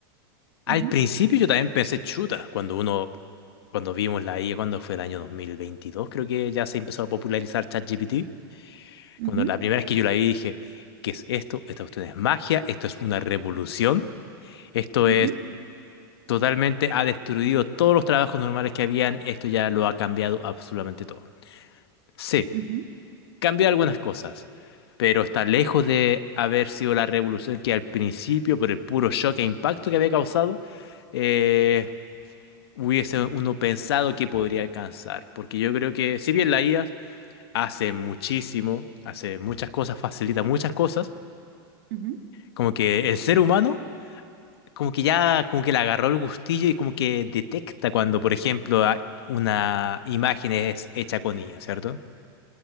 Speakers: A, on the left; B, on the right.
A: al
B: Ujú,
A: principio yo también pensé chuta, cuando uno, cuando vimos la IA, cuando fue el año 2022, creo que ya se empezó a popularizar ChatGPT.
B: ujú,
A: Cuando la primera vez que yo la vi dije, ¿qué es esto? Esta cuestión es magia, esto es una revolución, esto
B: ujú,
A: es totalmente, ha destruido todos los trabajos normales que habían, esto ya lo ha cambiado absolutamente todo. Sí,
B: ujú,
A: cambió algunas cosas, pero está lejos de haber sido la revolución que al principio, por el puro shock e impacto que había causado, eh, hubiese uno pensado que podría alcanzar. Porque yo creo que, si bien la IA hace muchísimo, hace muchas cosas, facilita muchas cosas,
B: ujú.
A: como que el ser humano, como que ya, como que le agarró el gustillo y como que detecta cuando, por ejemplo, a- una imagen es hecha con IA, cierto